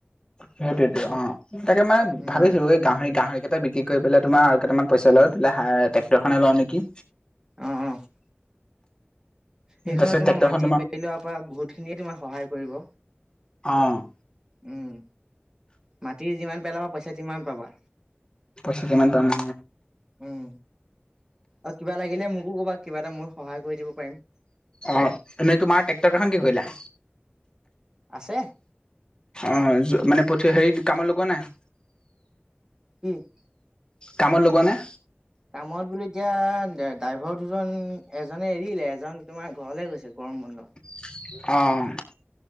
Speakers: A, on the left; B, on the right.
A: সেইটোয়েতো অ', তাকে মানে
B: উম,
A: ভাবিছো এই গাহৰি গাহৰিকেইটা বিক্ৰী কৰিেলাই তোমাৰ আৰু কেইামান পইচা লয় পাই টেক্টৰখনে লওঁ নেকি।
B: অঁ', অঁ'। সেইখনে
A: তাৰপিছত
B: তোমাৰ
A: ট্ৰেক্টৰখন
B: মাটি পেলোৱাৰ পৰা বহুত খিনিয়ে তোমাৰ সহায় কৰিব।
A: অঁ'।
B: উম, মাটি যিমান পেলাবা পইচা কিমান পাবা।
A: পইচা যিমান পাম অ'।
B: উম, আৰু কিবা লাগিলে মোকো ক'বা কিবা এটা মই সহায় কৰি দিব পাৰিম।
A: অ', এনেই তোমাৰ ট্ৰেক্টৰ কেইখন কি কৰিলা?
B: আছে।
A: অঁ', মানে পঠ হেৰি কামত লগোৱা নাই?
B: <unintelligible>
A: কামত লগোৱা নাই?
B: কামত বোলো এতিয়া ড্ৰাইভাৰ দুজন এজনে এৰিলে এজন তোমাৰ ঘৰলে গৈছে, গৰম বন্ধ
A: অ',